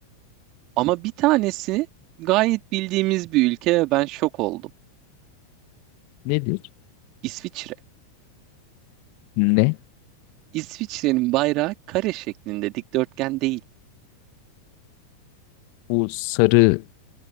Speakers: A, on the right (about 40°); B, on the left (about 45°).
A: Ama bir tanesi gayet bildiğimiz bir ülke ve ben şok oldum.
B: Nedir?
A: İsviçre.
B: Ne?
A: İsviçre'nin bayrağı kare şeklinde dikdörtgen değil.
B: Bu sarılı